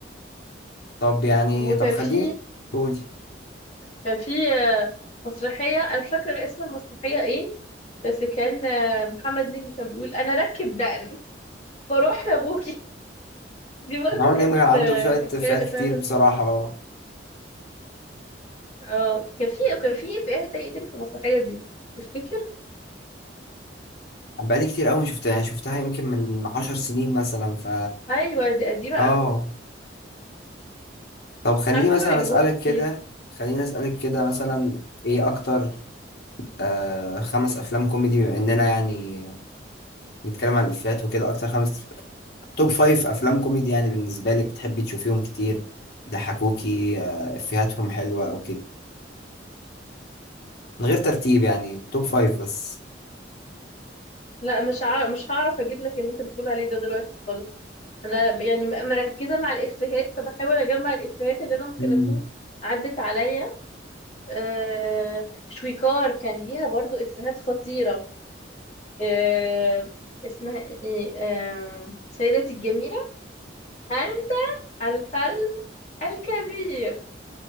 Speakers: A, on the left (about 60°); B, on the left (about 40°).
A: طب يعني
B: وكان
A: طب خليني
B: في
A: قولي
B: كان في آه، مسرحية أنا مش فاكرة اسم المسرحية إيه بس كان آه، محمد نجم كان بيقول أنا أركب دقن وأروح لأبوكي <laughs> دي برضه
A: محمد
B: كانت
A: نجم كان عنده
B: آه،
A: شوية فات
B: كان إفيهات
A: كتير بصراحة اه
B: اه كان في كان في إفيهات إيه تاني في المسرحية دي تفتكر؟
A: أنا بقالي كتير أوي شفتها يعني شفتها يمكن من عشر سنين مثلا ف
B: أيوة دي قديمة
A: اه
B: أوي
A: طب خليني
B: مش عارفة
A: مثلا
B: ليه ما بيجيبوهاش
A: أسألك
B: كتير
A: كده خليني أسألك كده مثلا إيه أكتر آه خمس أفلام كوميدي بما إننا يعني نتكلم عن الإفيهات وكده أكتر خمس توب فايف افلام كوميدي يعني بالنسبه لك بتحبي تشوفيهم كتير يضحكوكي آه، افيهاتهم حلوه او كده من غير ترتيب يعني توب فايف بس
B: لا مش عار... مش هعرف أجيب لك اللي أنت بتقول عليه ده دلوقتي خالص أنا يعني م- مركزة مع الإفيهات فبحاول أجمع الإفيهات اللي أنا ممكن
A: مم.
B: أكون عدت عليا آه، شويكار كان ليها برضو إفيهات خطيرة آه، اسمها ايه آه، سيدتي الجميلة أنت الكلب الكبير